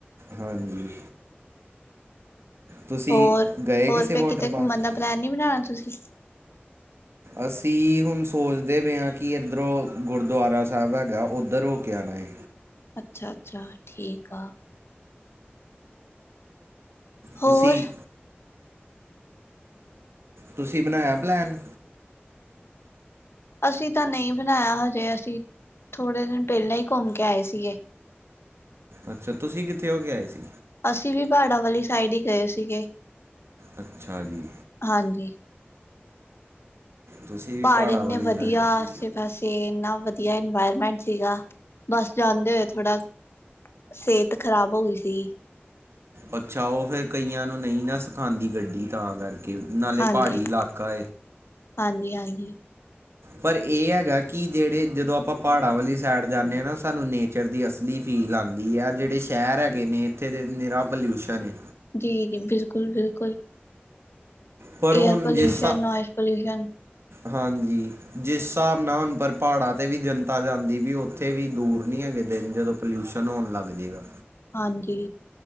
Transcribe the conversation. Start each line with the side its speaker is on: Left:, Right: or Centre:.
Right: ਹਾਂਜੀ ਤੁਸੀਂ
Left: ਹੋਰ
Right: ਗਏ
Left: ਹੋਰ
Right: ਕਿਸੇ
Left: ਫੇਿਰ
Right: ਵਾਟਰ
Left: ਕਿਤੇ
Right: ਪਾਰਕ
Left: ਘੁੰਮਣ ਦਾ ਪਲੈਨ ਨਹੀਂੀ ਬਣਾਉਣਾ ਤੁਸੀਂ
Right: ਅਸੀਂ ਹੁਣ ਸੋਚਦੇ ਪਏ ਹਾਂ ਕਿ ਇੱਧਰੋਂ ਗੁਰਦੁਆਰਾ ਸਾਹਿਬ ਹੈਗਾ ਉੱਧਰ ਹੋ ਕੇ ਆ ਬਏ
Left: ਅੱਛਾ ਅੱਛਾ ਠੀਕ ਆ ਹੋਰ
Right: ਤੁਸੀਂ ਤੁਸੀਂ ਬਣਾਇਆ ਪਲੈਨ
Left: ਅਸੀਂ ਤਾਂ ਨਹੀਂ ਬਣਾਇਆ ਹਜੇ ਅਸੀਂ ਥੋੜੇ ਦਿਨ ਪਹਿਲਾਂ ਹੀ ਘੁੰਮ ਕੇ ਆਏ ਸੀਗੇ
Right: ਅੱਛਾ ਤੁਸੀਂ ਕਿੱਥੇ ਹੋ ਕੇ ਆਏ ਸੀ
Left: ਅਸੀਂ ਵੀ ਪਹਾੜਾਂ ਵਾਲੀ ਸਾਈਡ ਹੀ ਗਏ ਸੀਗੇ
Right: ਅੱਛਾ ਜੀ
Left: ਹਾਂਜੀ
Right: ਤੁਸੀਂ ਵੀ
Left: ਪਹਾੜ
Right: ਪਹਾੜਾਂ
Left: ਇੰਨੇ
Right: ਵਾਲੀ
Left: ਵਧੀਆ
Right: ਸਾਈਡ
Left: ਆਸੇ ਪਾੈਸੇ ਇੰਨਾ ਵ ਵਧੀਆ ਇਨਵਾਇਰਮੈਂਟ ਸੀਗਾ ਬਸ ਜਾਂਦੇ ਹੋਏ ਥੋੜਾ ਸਿਹਤ ਖਰਾਬ ਹੋ ਗਈ ਸੀਗੀ
Right: ਅੱਛਾ ਉਹ ਫੇਰ ਕਈਆਂ ਨੂੰ ਨਹੀਂ ਨਾ ਸਿਖਾਉਂਦੀ ਗੱਡੀ ਤਾਂ ਕਰਕੇ ਕਿ ਨਾਲੇ
Left: ਹਾਂਜੀ।
Right: ਪਹਾੜੀ ਇਲਾਕਾ
Left: ਹਾਂਜੀ ਹਾਂਜੀ
Right: ਪਰ ਇਹ ਹੈਗਾ ਕਿ ਜਿਹੜੇ ਜਦੋਂ ਆਪਾਂ ਪਾੜਾਂ ਵਾਲੀ ਸੇਡ ਜਾਂਨੇ ਹਾਂ ਨਾ ਸਾਨੂੰ ਨੇਚਰ ਦੀ ਅਸਲੀ ਫੀ ਲਿੰਗ ਆਉਂਦੀ ਆ ਜਿਹੜੇ ਸ਼ਹਿਰ ਹੈਗੇ ਨੇ ਇੱਥੇ ਦੇ ਨਿਰਾ ਪੋਲਿਊਸ਼ਨ ਹੈ
Left: ਜੀ ਜੀ ਬਿਲਕੁਲ ਬਿਲਕੁਲ
Right: ਪਰ
Left: ਏਅਰ
Right: ਹੁਣ
Left: ਪੋਲਿਊਸ਼ਨ
Right: ਜਿਸ ਹਿਸਾ-
Left: ਨੋਇਜ਼ ਪੋਲਿਊਸ਼ਨ
Right: ਹਾਂਜੀ ਜਿਸ ਸਾਬ ਨਾਲ ਹੁਣ ਪਰ ਪਾੜਾਂ ਤੇ ਵੀ ਜਨਤਾ ਜਾਂਦੀ ਵੀ ਉੱਥੇ ਵੀ ਦੂਰ ਨੀ ਹੈਗੇ ਦਿਨ ਜਦੋਂ ਪੋਲਿਊਸ਼ਨ ਹੋਣ ਲੱਗ ਜੇਗਾ
Left: ਹਾਂਜੀ